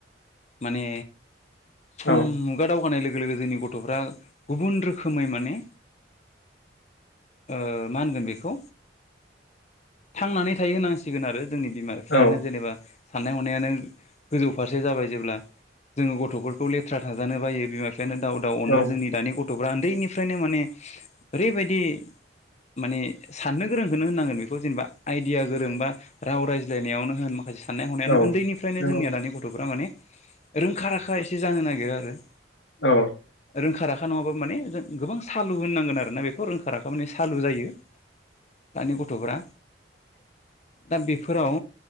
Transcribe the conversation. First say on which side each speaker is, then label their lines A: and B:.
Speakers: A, on the left; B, on the left.
A: माने सम
B: औ
A: मुगादाव जौगानायनाय लोगो लोगो जोंनि गथ'फ्रा गुबुन रोखोमै माने ओ मा होनगोन बेखौ? थांनानै थायो होनांसिगोन ।आरो जोंनि बिमा बिफायानो
B: औ
A: जेनेबा। साननाय हनायानो गोजौ फारसे जाबाय जेब्ला, जोङो गथ'फोरखौ लेथ्रा थाजानो बायो बिमा बिफ बेखायनो दाउ दाउ अनो
B: औ
A: ।जोंनि दानि गथ'फ्रा उन्दैनिफ्रायनो माने ओरैबायदि माने साननो गोरोंखौनो होननांगोन बेखौ जेनेबा आइडिया गोरों बा राव रायज्लायनायावनो होन माखासे साननाय हनायानो
B: औ
A: उन्दैनिफ्रायनो
B: नंगौ
A: जोंनिया दानि गथ'फोरा माने रोंखा राखा एसे जानो नागिरो ।आरो
B: औ
A: रोंखा राखा नङाब्ला माने जों गोबां सालु होननांगो। आरोना बेखौ रोंखाराखै माने सालु जायो। दानि गथ'फोरा दा बेफोराव